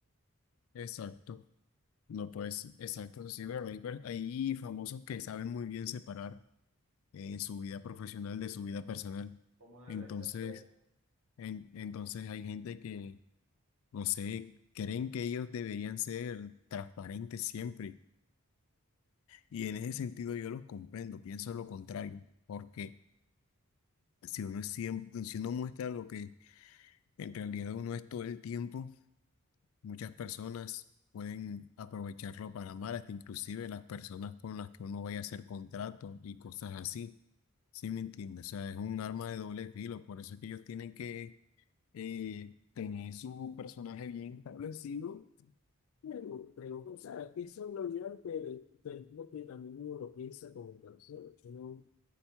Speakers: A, on the left; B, on the right.
A: Exacto. No, pues, exacto, eso sí, pero hay, per- hay famosos que saben muy bien separar eh, su vida profesional de su vida personal.
B: ¿Cómo debería
A: Entonces,
B: ser?
A: en- entonces hay gente que, no sé, creen que ellos deberían ser transparentes siempre. Y en ese sentido yo los comprendo, pienso lo contrario. ¿Por qué? Si uno es siempre, si uno muestra lo que en realidad uno es todo el tiempo, muchas personas pueden aprovecharlo para mal, hasta inclusive las personas con las que uno vaya a hacer contratos y cosas así. ¿Sí me entiendes? O sea, es un arma de doble filo, por eso es que ellos tienen que eh, tener su personaje bien establecido. Pero, pero, o sea, eso lo lleva, pero, pero es lo que también uno lo piensa como persona. ¿no?